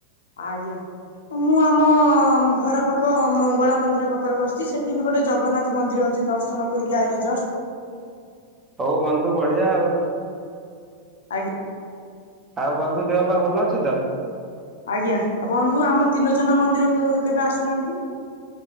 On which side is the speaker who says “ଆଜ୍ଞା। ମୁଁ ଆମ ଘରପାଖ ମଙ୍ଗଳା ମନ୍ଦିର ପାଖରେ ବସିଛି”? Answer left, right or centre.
Left